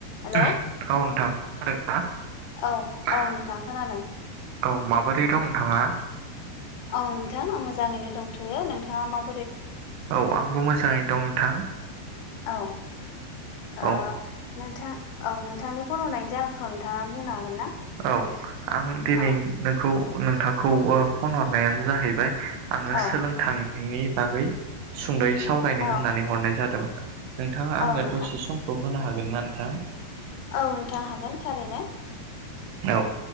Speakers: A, on the left; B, on the right.
A: Hello
B: औ नोंथां खोनादों
A: औ
B: हा‌
A: औ नोंथां खोनादों
B: औ माबोरै दं नोंथाङा
A: औ नोंथां आं मोजाङैनो दंथयो नोंथाङा मा
B: औ आंबो मोजाङै दं नोंथां
A: औ
B: औ
A: ओ नोंथां औ नोंथांनि फन हनायनि जाहोनखौ नोंथाङा बुंनो हागोन ना
B: औ आं दिनै
A: औ
B: नोंखौ नोंथांखौ फन हरनायानो जाहैबाय आङो
A: औ
B: सोलोंथाइनि बागै सुंद'यै सावरायनो
A: औ
B: होननानै हरनाय जादोंमोन नोंथाङा आंनो
A: औ नोंथां
B: दसे समखौ होनो हागोन ना नोंथां
A: औ नोंथां हागोन थारैनो
B: औ